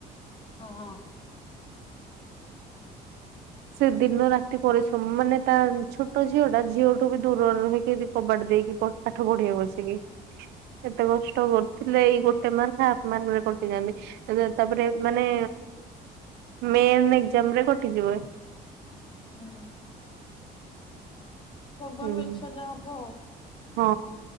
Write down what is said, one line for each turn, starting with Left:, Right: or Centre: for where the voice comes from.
Left: ହଁ ହଁ।
Right: ସେ ଦିନ ରାତି ପରିଶ୍ରମ ମାନେ ତା ଛୋଟ ଝିଅ ଟା ଝିଅଠୁ ବି ଦୂରରେ ରହିକି ବି କବାଟ ଦେଇକି ପାଠ ପଢିବ ବସିକି ଏତେ କଷ୍ଟ କରୁଥିଲେ ଏଇ ଗୋଟେ ମାର୍କ ହାଫ୍ ମାର୍କରେ କଟିଯାଆନ୍ତି ତାପରେ ମାନେ ମେନ୍ ଏକଜାମ ରେ କଟିଯିବ।
Left: ହୁଁ। ଭଗବାନଙ୍କ
Right: ହୁଁ।
Left: ଇଚ୍ଛା ଯାହା ହବ ଆଉ।
Right: ହଁ